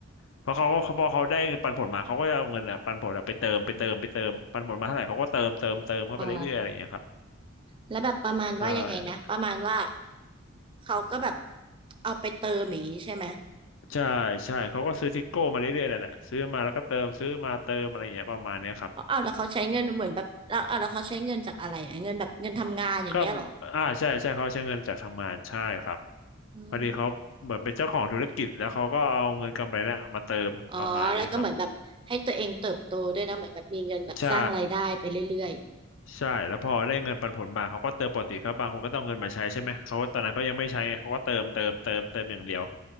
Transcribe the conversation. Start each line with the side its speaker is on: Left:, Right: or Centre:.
Left: เพราะเขาก็เขาพอเขาได้ปันผลมาเขาก็จะเอาเงินอ่ะปันผลอะไปเติมไปเติมไปเติมปันผลมาเท่าไหร่เขาก็เติมเติมเติมเข้าไปเรื่อยๆอะไรอย่างเงี้ยครับ
Right: อ๋อแล้วแบบประมาณว่ายังไงนะประมาณว่า
Left: ใช่
Right: เขาก็แบบเอาไปเติมอย่างนี้ใช่ไหม
Left: ใช่ใช่เขาก็ซื้อทิกโก้มาเรื่อยๆนั่นแหละซื้อมาแล้วก็เติมซื้อมาเติมอะไรอย่างเงี้ยประมาณเนี้ยครับ
Right: ออเอาแล้วเขาใช้เงินเหมือนแบบแล้วเอาแล้วเขาใช้เงินจากอะไรอ่ะเงินแบบเงินทำงานอย่างเงี้ยเหรอ
Left: ก็อ่าใช่ใช่เขาใช้เงินจากทางงานใช่ครับ
Right: อื
Left: พอดีเขาเหมือนเป็นเจ้าของธุรกิจแล้วเขาก็เอาเงินกำไรเนี่ยมาเติมประมาณนี้ครับ
Right: มอ๋อ แล้วก็เหมือนแบบให้ตัวเองเติบโตด้วยนะเหมือนแบบมีเงินแบบสร้างรายได้ไปเรื่อย
Left: ใช่ใช่แล้วพอได้เงินปันผลมาเขาก็เติมปกติเขาบางคนก็ต้องเอาเงินมาใช้ใช่ไหมเขาก็ตอนนั้นเขายังไม่ใช้ไงเขาก็เติมเติมเติมเติมอย่างเดียว